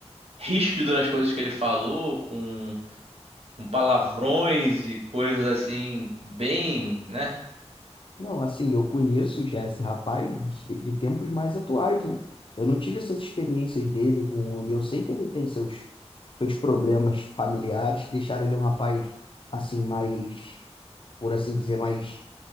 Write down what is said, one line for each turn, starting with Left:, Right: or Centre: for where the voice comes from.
Right: ríspido nas coisas que ele falou, com, com palavrões e coisas assim, bem, né?
Left: Não, assim, eu conheço já esse rapaz de, de tempos mais atuais, né? Eu não tive essas experiências dele com. e Eu sei que ele tem seus, seus problemas familiares que deixaram ele um rapaz, assim, mais, por assim dizer, mais